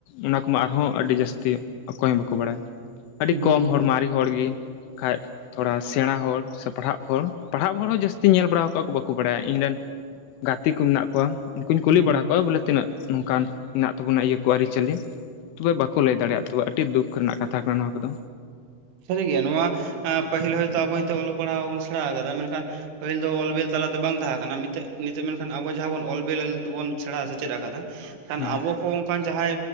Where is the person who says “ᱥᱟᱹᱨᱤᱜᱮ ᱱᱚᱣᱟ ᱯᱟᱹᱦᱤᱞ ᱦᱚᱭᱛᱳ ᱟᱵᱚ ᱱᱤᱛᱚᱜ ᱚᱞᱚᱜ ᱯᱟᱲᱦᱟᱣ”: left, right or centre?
Right